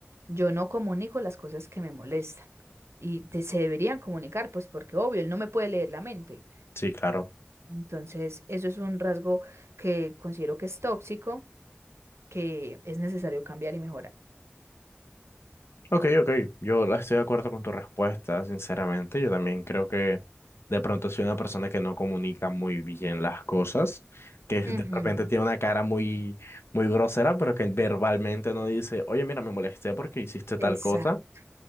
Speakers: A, on the right; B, on the left.
A: yo no comunico las cosas que me molestan. Y te- se deberían comunicar, pues porque obvio, él no me puede leer la mente.
B: Sí, claro.
A: Entonces, eso es un rasgo que considero que es tóxico, que es necesario cambiar y mejorar.
B: Ok, ok, yo la- estoy de acuerdo con tu respuesta, sinceramente. Yo también creo que de pronto soy una persona que no comunica muy bien las cosas, que de
A: Ujú,
B: repente tiene una cara muy, muy grosera, pero que verbalmente no dice, oye, mira, me molesté porque hiciste tal
A: Exacto,
B: cosa.